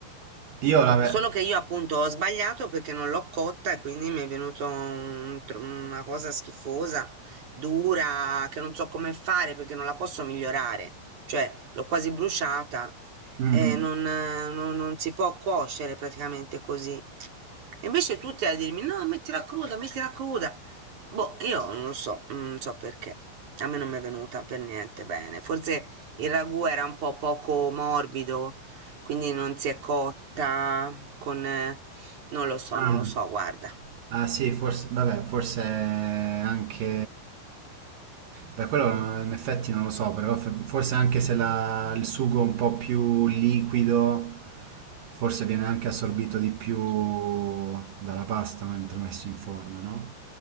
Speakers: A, on the right; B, on the right.
A: Io la... ve-
B: Solo che io appunto ho sbagliato perché non l'ho cotta e quindi mi è venuto un tr- una cosa schifosa, dura, che non so come fare perché non la posso migliorare, cioè l'ho quasi bruciata
A: Mhm.
B: e non, eh, non- non si può cuocere praticamente così. E invece tutti a dirmi no, mettila cruda, mettila cruda. Boh, io non lo so, non so perché. A me non mi è venuta per niente bene. Forse il ragù era un po' poco morbido. Quindi non si è cotta con eh, non lo so,
A: Ah.
B: non lo so, guarda.
A: Ah sì, forse, vabbè, forse anche... Beh, quello in effetti non lo so, però f- forse anche se la- il sugo è un po' più liquido, forse viene anche assorbito di più dalla pasta mentre messo in forno, no?